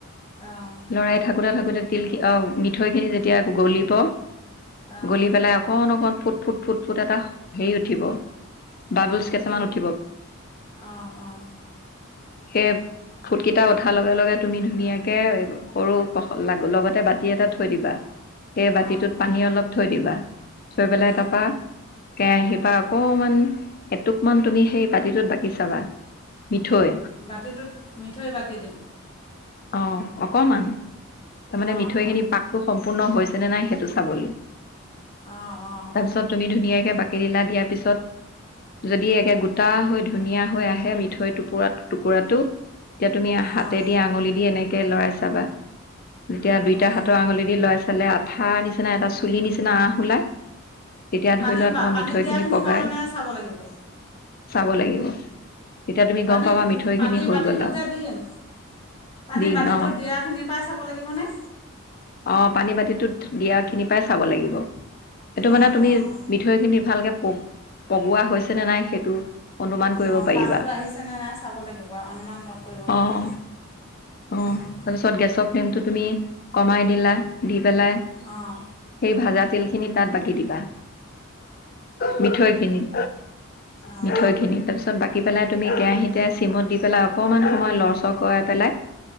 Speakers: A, on the left (about 25°); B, on the left (about 45°).
A: অঁ অঁ
B: লৰাই থাকোতে থাকোতে তিলি অ মিঠৈখিনি যে তিয়া গলিব
A: অঁ
B: গলি পেলাই অকণ অকণ ফুট ফুট ফুট ফুট এটা হেৰি উঠিব। বাবুলজ
A: অঁ
B: কেইটামান
A: এই
B: উঠিব,
A: অঁ অঁ
B: সেই ফুটকিটা উঠা লগে, লগে তুমি ধুনীয়াকে সৰু ক লগতে বাতি এটা থৈ দিবা। সেই বাতিটোত
A: অঁ
B: পানী অলপ থৈ দিবা। থৈ পেলাই
A: উম
B: তাৰপা কেৰাহীপা অকমান এটুকমান তুমি সেই বাতিটোত বাকী চাবা মিঠৈ
A: বাতিটোত মিঠৈ বাকী দিম
B: অহ'। অকমান তাৰমানে
A: অঁ
B: মিঠৈ
A: অঁ
B: খিনি পাতটো সম্ সম্পূৰ্ণ হৈছে নে নাই সেইটো চাবলৈ।
A: অঁ অঁ
B: তাৰ পিছত তুমি ধুনীয়াকে বাকি দিলা দিয়াৰ পিছত, যদি একে গোটা হৈ ধুনীয়া হৈ আহে মিঠৈ টুকুৰা টুকুৰাটো তেতিয়া তুমি হাতে
A: অঁ
B: দি, আঙুলি দি এনেকে লৰাই চাবা যেতিয়া
A: অঁ
B: দুইটা হাতৰ আঙুলি দি লৰাই পিছলে আঠা নিচিনা এটা চুলি নিচিনা আহ ওলাই তেতিয়া ধৰি
A: পানীৰ
B: লোৱা তোমাৰ
A: পা। পানীত
B: মিঠৈখিনি
A: দিয়াখিনিৰ
B: পগাই
A: পৰা মানে চাব লাগিব?
B: চাব লাগিব। তেতিয়া তুমি
A: পানীত
B: গম পাবা মিঠৈখিনি
A: পানী
B: হৈ
A: বাতিটোত
B: গ'ল আৰু
A: যে দিম পানী
B: দিম
A: বাতিটোত
B: অঁ
A: দিয়াখিনিৰ পৰা চাব লাগিবনে?
B: অঁ পানী বাতিটোত দিয়া খিনি পাই চাব লাগিব। এইটো মানে
A: অঁ
B: তুমি
A: অঁ
B: মিঠৈ খিনি ভালকে পগ পগোৱা হৈছে নে নাই সেইটো অনুমান কৰিব
A: অঁ
B: পাৰিবা।
A: পাকটো আহিছেনে নাই চাব লাগিব আৰু অনুমান লগ কৰিব পাৰিম
B: অ' অ'
A: অঁ
B: তাৰ পিছত গেচৰ ফ্লেমটো তুমি কমাই দিলা দি পেলাই
A: অঁ
B: সেই ভাজাত তেল খিনি তাত বাকী দিবা। মিঠৈখিনিত
A: অঁ
B: মিঠৈখিনিত। তাৰ পিছত বাক দি পেলাই তুমি কেৰাহীতে চিমত দি পেলাই অকনমান সময় লৰচৰ কৰাই পেলাই